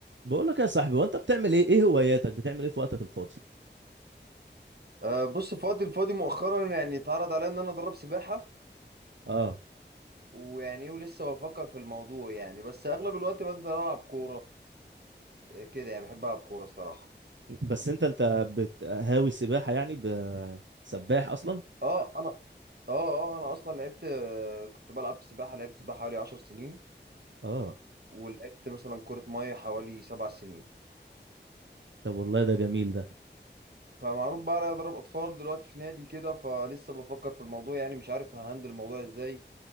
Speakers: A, on the right; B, on the right.
A: بقول لك يا صاحبي وانت بتعمل ايه ايه هواياتك بتعمل ايه في وقتك الفاضي
B: أه بص في وقتي الفاضي مؤخرا يعني اتعرض عليا ان انا ادرب سباحه
A: اه
B: ويعني ايه ولسه بفكر في الموضوع يعني بس اغلب الوقت بنزل العب كوره آه، كده يعني بحب العب كوره الصراحه
A: بس انت انت بت- هاوي سباحة يعني ب- سباح اصلا
B: اه انا اه اه انا اصلا لعبت آه، كنت بلعب سباحه لعبت سباحه حوالي 10 سنين
A: اه
B: ولعبت مثلا كره ميه حوالي 7 سنين
A: طب والله ده جميل ده
B: فمعروف بقى عليا اضرب اطفال دلوقتي في نادي كده فلسه بفكر في الموضوع يعني مش عارف ههندل الموضوع ازاي